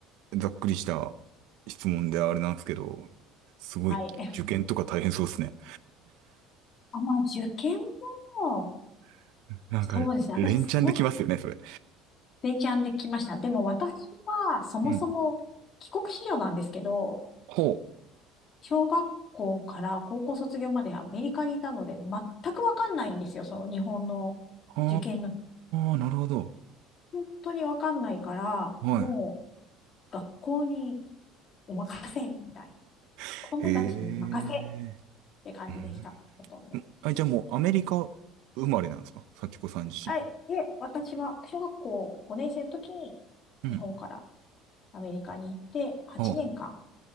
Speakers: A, on the right; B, on the left.
A: ざっくりした質問であれなんですけど、すごい受験とか大変そうですね。
B: はい。<laughs> あ、まあ、受験も、
A: <laughs> なんか、
B: そうですね。
A: 連チャンできますよね、
B: 私、そん、
A: それ。
B: ベンチャンで来ました。でも私は、そもそも帰国子女なんですけど、
A: うん。ほう。
B: 小学校から高校卒業までアメリカにいたので、全くわかんないんですよ。その日本の受験の。
A: あー、なるほど。
B: 本当にわかんないから、
A: は
B: もう学校にお任せみたいな。
A: い。<laughs> へえ。
B: 子供たちに任せって感じでした。
A: うん
B: ほとんど。
A: あ、じゃあもうアメリカ生まれなんですか幸子さん自身は。
B: はい。で、私は小学校5年生の時に
A: うん。
B: 日本からアメリカに行って8年間、
A: は